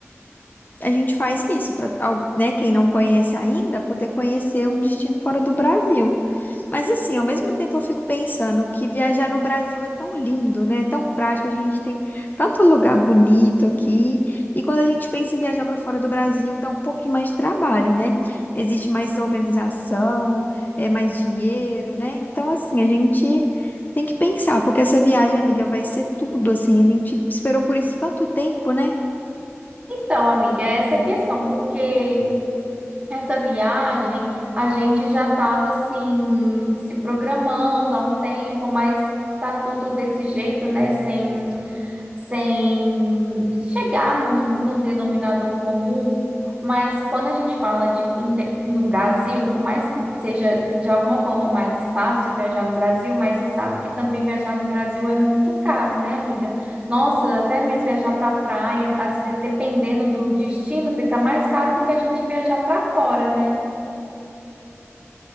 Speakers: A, on the left (about 40°); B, on the right (about 25°).
A: a gente faz isso para, né, quem não conhece ainda, poder conhecer um destino fora do Brasil. Mas assim, ao mesmo tempo eu fico pensando que viajar no Brasil é tão lindo, né? É tão prático, a gente tem tanto lugar bonito aqui. E quando a gente pensa em viajar para fora do Brasil, dá um pouquinho mais de trabalho, né? Existe mais organização, é mais dinheiro, né? Então assim, a gente tem que pensar, porque essa viagem, amiga, vai ser tudo assim. A gente esperou por isso tanto tempo, né?
B: Então, amiga, é essa questão, porque essa viagem a gente já estava assim se programando há um tempo, mas tá tudo desse jeito, né? Sem sem chegar num, num denominador comum, mas quando a gente fala de inte- no Brasil, por mais que seja de alguma forma mais fácil viajar no Brasil, mas você sabe que também viajar no Brasil é muito caro, né, amiga? Nossa, até mesmo viajar para praia, às ve- dependendo do destino, fica mais caro do que a gente viajar para fora, né?